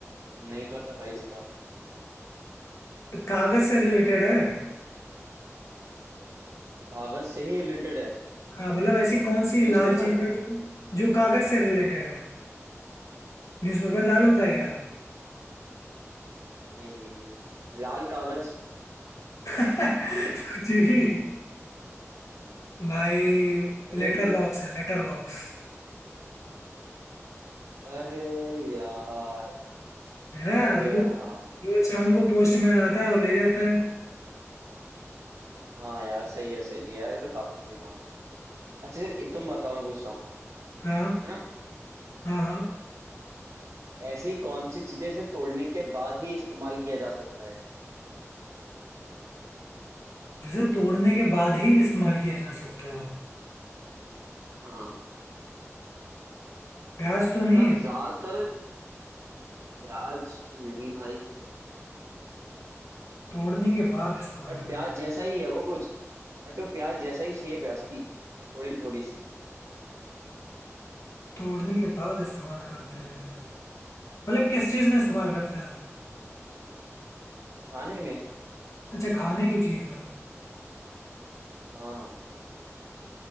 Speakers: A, on the right (about 70°); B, on the left (about 75°).
A: नहीं पता भाई इसका
B: तो कागज से रिलेटेड है
A: कागज से ही रिलेटेड है
B: हाँ मतलब ऐसी कौन सी
A: न्यूज़पेपर
B: लाल चीज है जो जो कागज से रिलेटेड है
A: अरे
B: न्यूज़पेपर लाल होता है क्या
A: नहीं नहीं लाल कागज
B: <laughs> कुछ भी भाई
A: अरे
B: लेटर
A: एक
B: बॉक्स है लेटर बॉक्स
A: अरे यार समझ
B: है ना
A: गया
B: रोज
A: हाँ
B: रोज शाम को पोस्टमैन आता
A: हाँ
B: है और ले जाता है
A: हाँ यार सही है सही है यार ये तो काफी सही था अच्छा सर ये तुम बताओ मैं पूछ रहा हूँ
B: हाँ
A: है ना
B: हाँ हाँ
A: ऐसी कौन सी चीजें इसे तोड़ने के बाद ही इस्तेमाल किया जा सकता है
B: जिसे तोड़ने के बाद ही इस्तेमाल किया जा सकता है
A: हाँ
B: प्याज तो
A: मतलब
B: नहीं है
A: ज्यादातर प्याज तो नहीं भाई
B: तोड़ने के बाद इस्तेमाल
A: बट
B: करते
A: प्याज
B: हैं
A: जैसा ही है वो कुछ बट वो प्याज जैसा ही शेप है उसकी थोड़ी थोड़ी सी
B: तोड़ने के बाद इस्तेमाल करते हैं मतलब किस चीज़ में इस्तेमाल करते हैं
A: खाने में
B: अच्छा खाने की चीज़ है
A: हाँ हाँ।